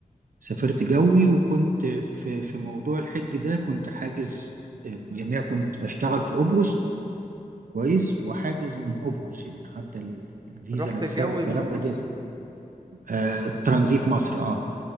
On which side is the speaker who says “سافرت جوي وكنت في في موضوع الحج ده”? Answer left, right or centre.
Right